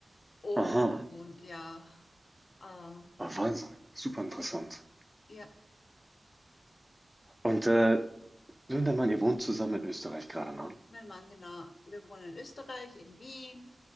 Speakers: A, on the left; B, in the centre.
A: Und,
B: aha,
A: und ja, äh,
B: Oh, Wahnsinn, super interessant.
A: ja,
B: Und äh, du und dein Mann, ihr wohnt zusammen in Österreich gerade, ne?
A: mein Mann, genau. Wir wohnen in Österreich, in Wien,